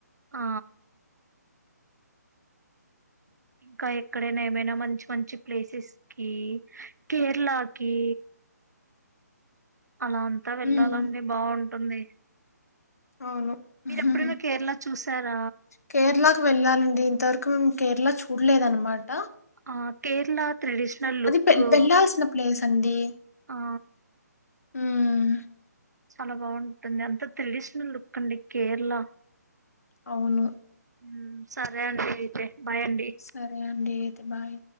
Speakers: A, on the right; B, on the left.
A: ఆ ఇంకా ఎక్కడైనా ఏమైనా మంచి మంచి ప్లేసెస్ కి కేరళకి అలా అంతా వెళ్లాలండి
B: హ్మ్
A: బాగుంట తుంది.
B: అవును.
A: మీరెప్పుడన
B: ఉహుహు.
A: కేరళ చూస్ సారా
B: కేరళకు వెళ్ళాలండి ఇంతవరకు కేరళ చూలేద్ అనమాట
A: ఆ కేరళ ట్రెడిషనల్ లుక్కు,
B: వె వెళ్ళాల్సిన ప్లేస్ అండి.
A: ఆ
B: హ్మ్
A: చాలా బావుంటుంది అంత త్రెడిషనల్ లుక్కండి కేర్ళ
B: అవును
A: ఉ సరే అండి అయితే బాయ్ అండి
B: సరే అండి. తె బాయ్